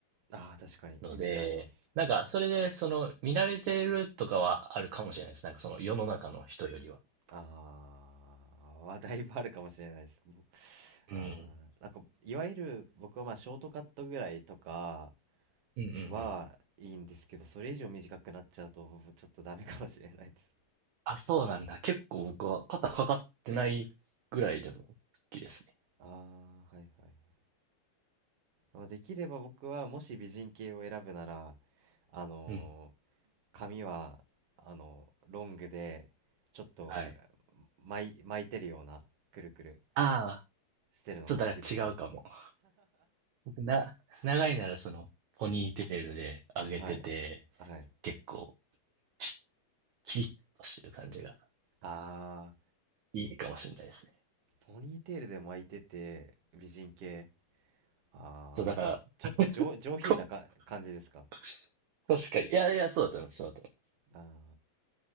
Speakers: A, on the right; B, on the right.
A: ああ、確かに、
B: ので、
A: イメージあります。
B: なんか、それで、その、見慣れてるとかはあるかもしれないです。なんか、その、世の中の人よりは。
A: ああ、はだいぶあるかもしれないです。ぼ
B: うん。
A: ああ、なんか、いわゆる僕はまあショートカットぐらいとか
B: うんうんうん。
A: はいいんですけど、それ以上短くなっちゃうと、ちょっとダメかもしれないです。
B: あ、そうなんだ。結構僕は肩かかってないぐらいでも好きですね。
A: ああ、はいはい。まあできれば僕はもし美人系を選ぶならあのー
B: うん。
A: 髪はあのーロングでちょっと
B: はい。
A: 巻い、巻いてるようなくるくる
B: ああ、
A: してるのが好きですね
B: ちょっとだから違うかも。<laughs> 僕な、長いならその、ポニーテールで上げてて、
A: はいはい
B: 結構、きキリッとしてる感じが
A: あ
B: いいかもしれないですね。
A: ーポニーテールで巻いてて美人系あーなんかちょっと上、
B: そう、だから、
A: 上品なか感じですか
B: と <laughs> 確かに。いやいや、そうだと思う、そうだと思う。
A: あー